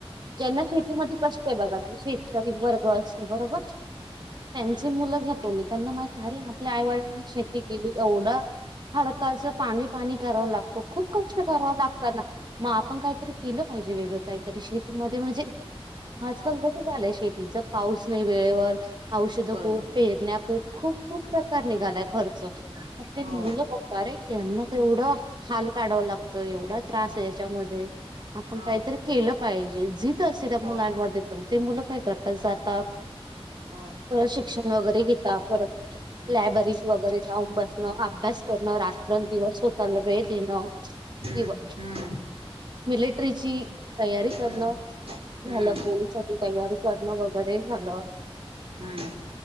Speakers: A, on the right; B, on the right.
A: ज्यांना शेतीमध्ये कष्ट आहे बघा शेती करी वर्ग अस बरोबर
B: हम्म
A: त्यांची मुलं घेतो मी त्यांना माहि अरीे आपल्या आईवडंनी शेती केली एवढं हडकाचं पाणी पाणी करावं लागतो खूप कष्ट कराव लागत ना. मग आपण काहीतरी केलं पाहिजे वेगळं काहीतरी शेतीमध्ये म्हणजे आजकाल
B: हा
A: कसं झालंय. पाऊस नाही वेळेवर औषध
B: बरोबर
A: खूप फेरण्या खूप खूप खूप प्रकार निघाला. खर्च
B: हो
A: मुलं बघतरे यांना तर एवढं हाल काढाव लागतो एवढा त्रास. च्यामध्ये आपण
B: हो
A: काहीतरी केलं पाहिजे ज असे त्या
B: मग
A: मुलांमध्ये पण मुलपण काय करतात जाता
B: हो
A: परत शिक्षण वगैरे घेतता परत
B: हम्म
A: लायब्ररीज वगैरे जाऊन बस. अभ्यास करणं रात्र दिवस होताला वेळ देण.
B: हम्म
A: कवा
B: हम्म
A: मिलिटरीची तयारी करणार.
B: हम्म हम्म
A: झालं पोलीसाठी तयारी करण वगैरे झालं
B: हम्म